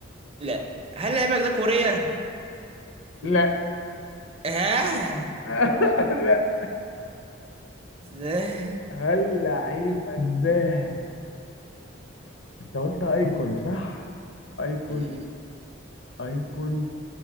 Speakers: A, on the right (about 30°); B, on the left (about 75°).
A: لا هل لعبك ده كوريا
B: لا
A: اه
B: <laughs> لا
A: ازاي
B: هل لعيبك
A: م.
B: ده انت قلت ايكون صح ايكون
A: م.
B: ايكون